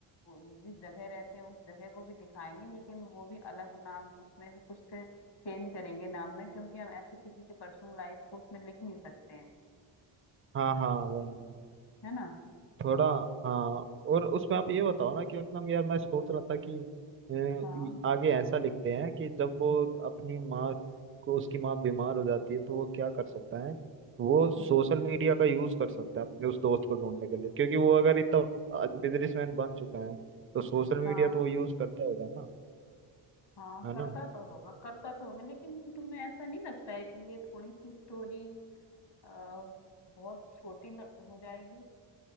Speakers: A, on the left (about 55°); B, on the right (about 30°).
A: वो जिस जगह रहते हैं उस जगह को भी दिखाएंगे लेकिन वो भी अलग नाम उसमें भी कुछ से चेंज करेंगे नाम में क्योंकि हम ऐसे किसी की पर्सनल लाइफ को उसमें लिख नहीं सकते हैं
B: हाँ हाँ वही
A: है ना
B: थोड़ा हाँ और उसमें आप ये बताओ ना कि मतलब यार मैं सोच रहा था कि अ, ये
A: हाँ
B: आगे ऐसा लिखते हैं कि जब वो अपनी माँ को उसकी माँ बीमार हो जाती है तो वो क्या कर सकता है वो सोशल
A: हम्म,
B: मीडिया का यूज कर सकता है अपने उस दोस्त को ढूंढने के लिए क्योंकि वो अगर इतना बिजनेसमैन बन चुका है तो सोशल मीडिया
A: हाँ
B: तो वो यूज करता होगा ना
A: हाँ
B: है
A: करता
B: ना
A: तो होगा करता तो होगा लेकिन तुम्हें ऐसा नहीं लगता है कि ये थोड़ी सी स्टोरी बहुत छोटी लग- हो जाएगी